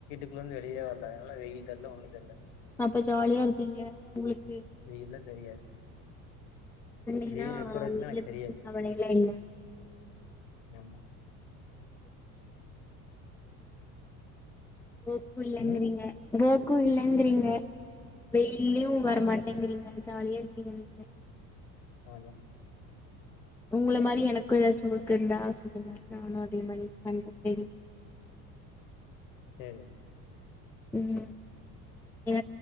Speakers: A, on the left (about 70°); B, in the centre.
A: ந்து வெளியவே வரல அதனால வெயில் தெர்ல ஒன்னு தெரில
B: அப்ப ஜாலியா இருப்பீங்க உங்களுக்கு
A: வெயில்ல தெரியாது
B: என்னா
A: வெயில் எப்ப இருக்குன்னு
B: வெயில
A: எனக்கு
B: பத்தி
A: தெரியாது
B: கவளைல்லா இல்ல
A: ஆமா
B: <unintelligible> வோக்கு இல்லங்கிறீங்க
A: ம்
B: வோக்கு இல்லங்கிறீங்க எ வெயில்லயு வரமாட்டேங்கிறீங்க
A: ம்
B: ஜாலியா இருப்பீங்க நீங்க
A: ஆமா
B: உங்கள மாரி எனக் க்கு ஏதாச் ஒர்க்கு இருந்தா சொல்லுங்க நானு அதே மாரி பண்ற தேடி
A: என்
B: உம் எ